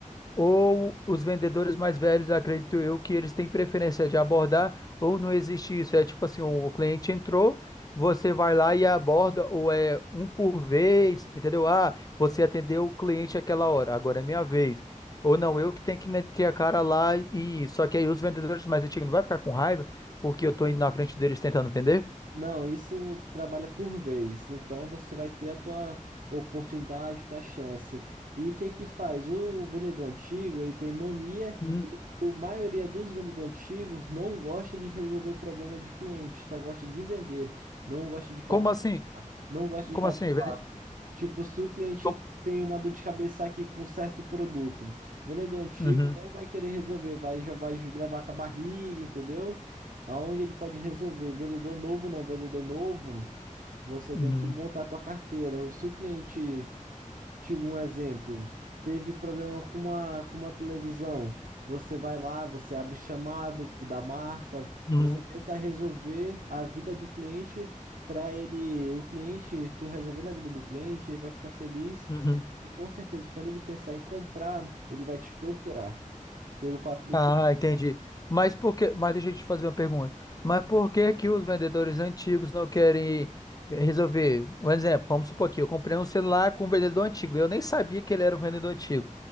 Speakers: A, on the left; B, on the right.
A: Ou os vendedores mais velhos, acredito eu, que eles têm preferência de abordar, ou não existe isso. É tipo assim, o cliente entrou, você vai lá e aborda, ou é um por vez, entendeu? Ah, você atendeu o cliente aquela hora, agora é minha vez. Ou não, eu que tenho que meter a cara lá e. Só que aí os vendedores mais antigos não vai ficar com raiva, porque eu tô indo na frente deles tentando vender?
B: Não, isso trabalha por vez. Então você vai ter a tua oportunidade, tua chance. E o que que faz? O vendedor antigo, ele tem mania
A: Hum,
B: e a maioria dos vendedores antigos não gosta de resolver problema de cliente, só gosta de vender, não gosta de cativar,
A: Como assim?
B: não gosta
A: Como
B: de cativar.
A: assim? Vende-
B: Tipo, se o cliente
A: Como...
B: tem uma dor de cabeça aqui com um certo produto, o vendedor antigo
A: Uhum,
B: não vai querer resolver, vai já vai levar com a barriga, entendeu? Aonde ele pode resolver? Vendedor novo, não, vendedor novo, você
A: uhum,
B: tem que montar a tua carteira. Se o cliente Tipo, um exemplo, teve problema com uma, com uma televisão. Você vai lá, você abre chamado da marca,
A: uhum,
B: você tenta resolver a vida do cliente para ele, o cliente, tu resolvendo a vida do cliente, ele vai ficar feliz
A: uhum.
B: e com certeza quando ele pensar em comprar, ele vai te procurar pelo fato do
A: Ah, entendi. Mas por que, mas deixa eu te fazer uma pergunta. Mas por que que os vendedores antigos não querem resolver? Um exemplo, vamos supor aqui, eu comprei um celular com um vendedor antigo. Eu nem sabia que ele era um vendedor antigo.